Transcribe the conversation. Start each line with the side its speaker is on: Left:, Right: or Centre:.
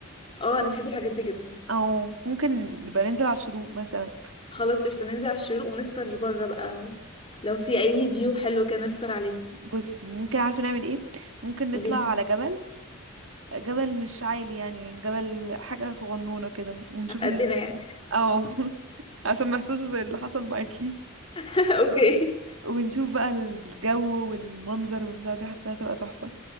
Left: اه انا بحب الحاجات دي جدا
Right: او ممكن نبقى ننزل على الشروق مثلا
Left: خلاص قشطة ننزل على الشروق ونفطر بره بقى لو في اي فيو حلو كده نفطر عليه
Right: بصي ممكن عارفه نعمل ايه ممكن نطلع
Left: قوليلي
Right: على جبل جبل مش عالي يعني جبل حاجه صغنونه كده ونشوف
Left: على قدنا
Right: ال
Left: يعني
Right: او <laughs> عشان ما يحصلش زي اللي حصل معاكي
Left: <laughs> اوكي
Right: ونشوف بقى الجو والمنظر والبتاع دي حاساها هتبقى تحفه